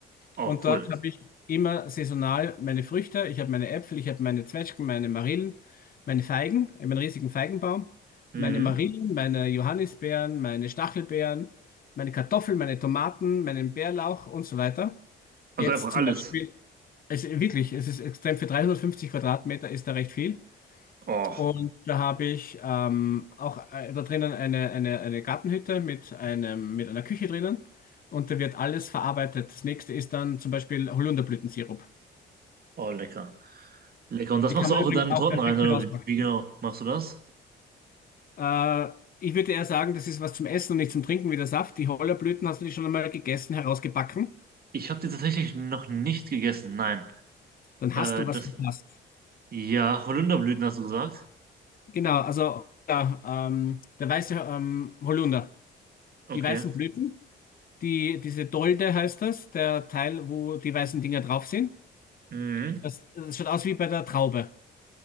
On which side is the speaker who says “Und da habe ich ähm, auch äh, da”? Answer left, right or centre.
Left